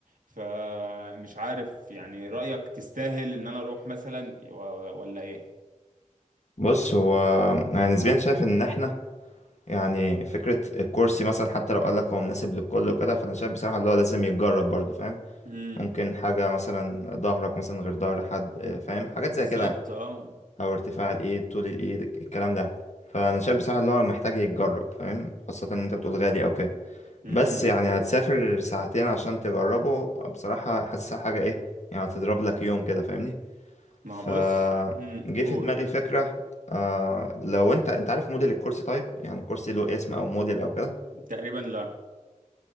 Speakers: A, on the right; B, on the left.
A: فمش عارف يعني رأيك تستاهل ان انا اروح مثلا و- ولا ايه
B: بص هو يعني نسبيا شايف ان احنا يعني فكرة الكرسي مثلا حتى لو قال لك هو مناسب للكل وكده فانا شايف بصراحة اللي هو لازم يتجرب برضو فاهم؟
A: امم
B: ممكن حاجة مثلا ظهرك مثلا غير ظهر حد آه، فاهم؟ حاجات
A: بالظبط
B: زي كده
A: اه
B: او ارتفاع الايد طول الايد الكلام ده فانا شايف بصراحه ان هو محتاج يتجرب فاهم خاصه ان انت بتقول غالي او كده
A: امم
B: بس يعني هتسافر ساعتين عشان تجربه بصراحه حاسسها حاجه ايه يعني هتضرب لك يوم كده فاهمني
A: ما
B: ف
A: هو بص امم
B: جه
A: قول
B: في دماغي فكره آه لو انت انت عارف موديل الكرسي طيب يعني كرسي له اسم او موديل او كده
A: تقريبا لا